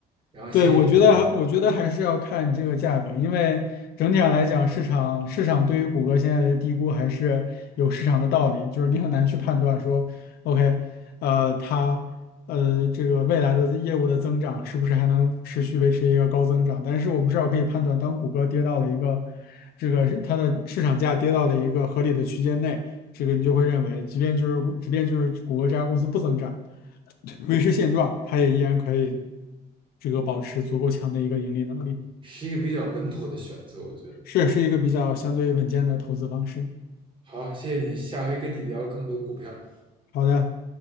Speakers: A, on the right (about 30°); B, on the left (about 65°).
A: 然后谢谢你的建议。
B: 对，我觉得，我觉得还是要看你这个价格，因为整体上来讲，市场市场对于谷歌现在的低估还是有市场的道理，就是你很难去判断说，OK，呃，它呃这个未来的业务的增长是不是还能持续维持一个高增长？但是我们至少可以判断，当谷歌跌到了一个这个是它的市场价跌到了一个合理的区间内，这个你就会认为，即便就是即便就是谷歌这家公司不增长。维持现状，它也依然可以这个保持足够强的一个盈利能力，
A: 是一个比较稳妥的选择，我觉得。
B: 是是一个比较相对稳健的投资方式。
A: 好，谢谢你，下回跟你聊更多股票。
B: 好的。